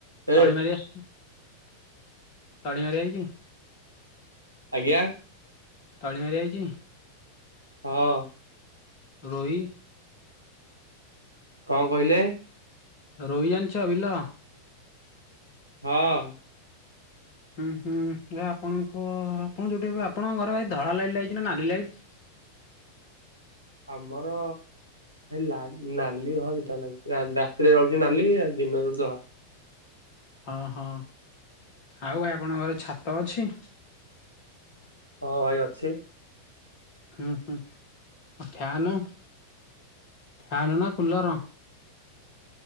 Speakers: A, on the left (about 90°); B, on the left (about 45°).
A: ଏ
B: ତଳି ମାରି ଆସୁଛି? ତାଳିମାର ଆଇଛି
A: ଆଜ୍ଞା
B: ତାଳିମାର ଆଇଛି।
A: ହଁ।
B: ରୋହି?
A: କଣ କହିଲେ?
B: ରୋହି ଜାଣିଛ ବିଲ?
A: ହଁ।
B: ହୁଁ ହୁଁ ଏ ଆପଣଙ୍କ ଯୋଉଠି ଆପଣଙ୍କ ଘରେ ଭାଇ ଧଳା ଲାଇଟ ଲାଗଛି ନା ନାଲି ଲାଇଟ୍?
A: ଆମର ଲାଲି ନାଲି ଧଳା ଦିଟା ଲାଗୁଛି ରାତିରେ ରଳୁଛି ନାଲି ଆଉ ଦିନରେଜଳୁଛି ଧଳା।
B: ହଁ ହଁ ଆଉ ଆପଣଙ୍କ ଘରେ ଛାତ ଅଛି?
A: ହଁ ଭାଇ ଅଛି।
B: ହଁ ହଁ ଫ୍ୟାନ ଫ୍ୟାନ ନା କୁଲର।